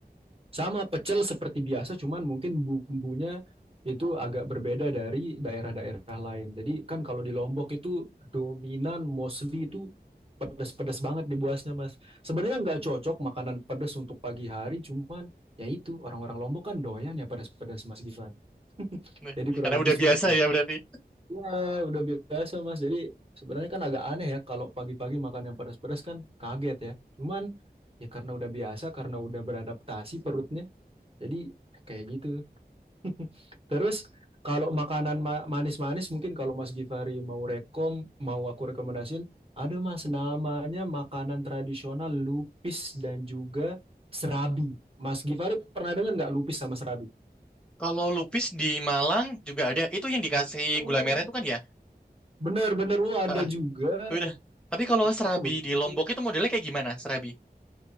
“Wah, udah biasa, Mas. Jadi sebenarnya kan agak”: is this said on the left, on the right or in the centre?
Right